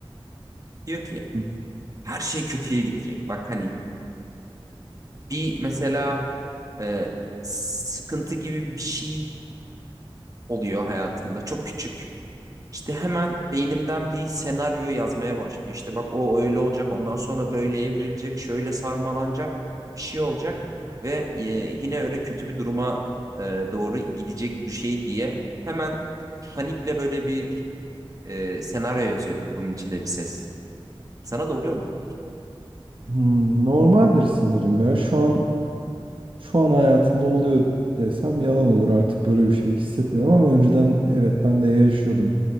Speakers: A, on the right (about 35°); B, on the right (about 60°).
A: Diyor ki
B: Hı.
A: her şey kötüye gidecek. Bak hani bir mesela e, sıkıntı gibi bir şey oluyor hayatında. Çok küçük. İşte hemen beynimden bir senaryo yazmaya başlıyor. İşte bak o öyle olacak, ondan sonra böyle evrilecek, şöyle sarmalanacak, bir şey olacak ve e, yine öyle kötü bir duruma e, doğru gidecek bu şey diye hemen panikle böyle bir e, senaryo yazıyor kafamın içinde bir ses. Sana da oluyor mu?
B: Hmm, normaldir sanırım ya. Şu an şu an hayatında oluyor desem yalan olur. Artık böyle bir şey hissetmiyorum ama önceden evet ben de yaşıyordum.